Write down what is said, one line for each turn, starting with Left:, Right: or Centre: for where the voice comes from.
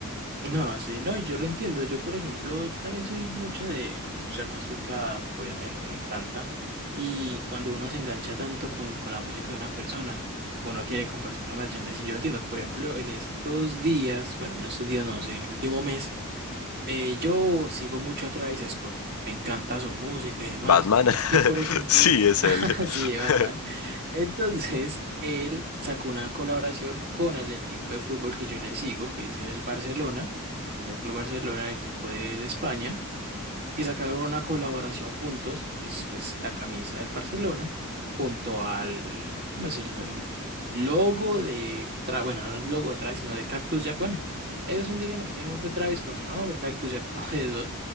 Right: No, sí, no, y yo lo entiendo. Yo, por ejemplo, también soy mucho de, de escuchar música, obviamente, me encanta. Y cuando uno se engancha tanto con, con la música de una persona, uno quiere comprar su merchandising. Yo lo entiendo. Por ejemplo, en estos días, bueno, en estos días no sé, en el último mes, eh, yo sigo mucho a Travis Scott. Me encanta su música y demás.
Left: Batman,
Right: Y, por
Left: <laughs>
Right: ejemplo,
Left: sí, es
Right: <laughs>
Left: él.
Right: Sí, Batman.
Left: <laughs>
Right: Entonces, él sacó una colaboración con el equipo de fútbol que yo le sigo, que es el Barcelona, el Fútbol Club Barcelona, el equipo de, de España. Y sacaron una colaboración juntos, que es pues la camisa del Barcelona, junto al, ¿cómo decirlo? El logo de, Tra- bueno, no el logo de Travis, sino de Cactus Jack. Bueno, ese es un dilema que tiene el propio Travis con su nombre, Cactus Jack, <laughs> todo eso.